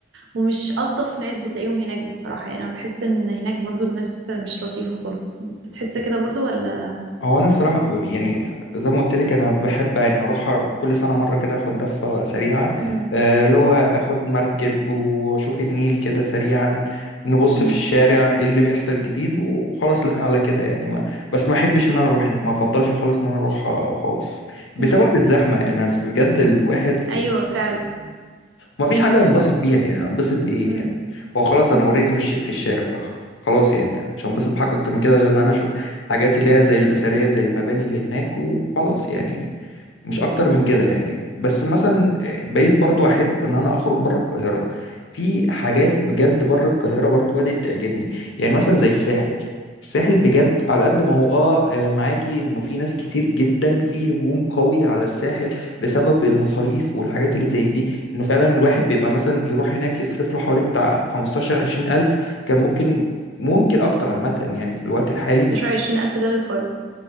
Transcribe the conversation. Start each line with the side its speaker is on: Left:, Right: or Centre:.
Right: ومش ألطف ناس بتلاقيهم هناك بصراحة يعني أنا بحس إن هناك برضو الناس مش لطيفة خالص بتحس كده برضو ولا
Left: هو انا الصراحه ب... يعني زي ما قلت لك انا بحب يعني اروح كل سنه مره كده اخد لفه سريعه
Right: مم.
Left: آه، اللي هو اخد مركب واشوف النيل كده سريعا نبص
Right: مم.
Left: في الشارع ايه اللي بيحصل جديد وخلاص لا على كده يعني ما... بس ما احبش ان انا اروح هناك ما افضلش خالص ان انا اروح آه، خالص بسبب
Right: مم.
Left: الزحمه يعني بجد الواحد في
Right: أيوة فعلا
Left: ومفيش حاجة انبسط بيها يعني انبسط بإيه
Right: مم.
Left: يعني هو خلاص
Right: مم.
Left: أنا أوريدي مشيت في الشارع فخلاص يعني مش هنبسط بحاجة أكتر من كده غير إن أنا أشوف حاجات اللي هي زي الأثرية زي المباني اللي هناك وخلاص يعني مش
Right: مم.
Left: اكتر من كده يعني بس مثلا آه، بقيت برضو احب ان انا اخرج بره القاهره في حاجات بجد بره القاهره برضو بدات تعجبني يعني مثلا زي الساحل الساحل بجد على قد ما هو اه آه، معاكي انه في ناس كتير جدا في هجوم قوي على الساحل بسبب المصاريف والحاجات اللي زي دي انه فعلا الواحد
Right: مم.
Left: بيبقى مثلا يروح هناك يصرف له حوالي بتاع 15 20 الف كان ممكن ممكن اكتر عامه يعني في الوقت الحالي
Right: 16000 ده للفرد